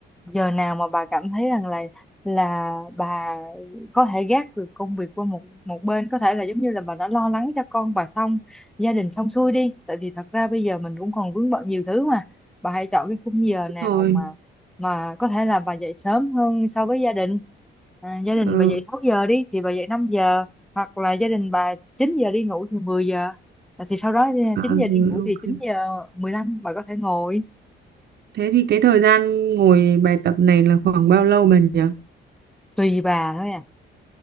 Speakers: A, in the centre; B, on the right (about 55°).
A: giờ nào mà bà cảm thấy rằng là là bà có thể gác được công việc qua một một bên có thể là giống như là bà đã lo lắng cho con bà xong gia đình xong xuôi đi tại vì thật ra bây giờ mình cũng còn vướng bận nhiều thứ mà bà hãy chọn cái khung giờ nào
B: Đúng rồi
A: mà mà có thể là bà dậy sớm hơn so với gia đình à, gia đình
B: ừ,
A: bà dậy 6 giờ đi thì bà dậy năm giờ hoặc là gia đình bà 9 giờ đi ngủ thì mười giờ À, thì sau đó
B: à,
A: 9 giờ
B: rồi
A: đi ngủ thì
B: ok
A: 9 giờ 15 bà có thể ngồi
B: thế thì cái thời gian ngồi bài tập này là khoảng bao lâu bà nhỉ
A: tùy bà thôi à.